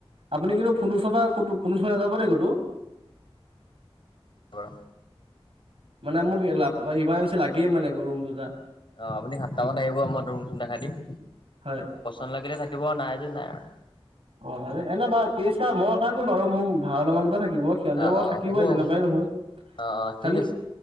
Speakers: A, on the right (about 65°); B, on the left (about 55°).
A: আপুনি কিন্তু ফোন <unintelligible> নাযাব দে ক'তো।
B: বাৰু।
A: মানে মোক লাভ ইমাৰজেঞ্চি লাগেই মানে ৰুম দুটা।
B: অ' আপুনি সাতটামানত আহিব মই ৰুম চুম দেখাই দিম,
A: হয়
B: পচন্দ লাগিলে থাকিব আৰু নাই যদি নাই আৰু।
A: অ' এনে বাৰু কেছ নাই, মই নাথাকোঁ বাৰু, মোৰ ভাড়া লোৱা মানুহ দুটা থাকিব। সিহন্তে
B: অ
A: বাৰু
B: অ
A: থাকিবই
B: হ'ব হ'ব
A: যেনেকুৱাই নহওক
B: অ অ ঠিক
A: খালি
B: আছে